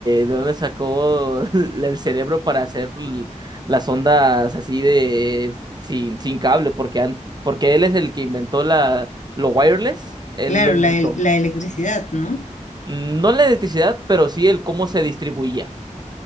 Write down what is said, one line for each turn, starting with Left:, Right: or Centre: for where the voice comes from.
Right: de dónde sacó <laughs> el cerebro para hacer l- las ondas así de sin, sin cable, porque, an- porque él es el que inventó la, lo wireless, él
Left: Claro,
Right: lo inventó.
Left: la, el- la electricidad, ¿no?
Right: No la electricidad, pero sí el cómo se distribuía.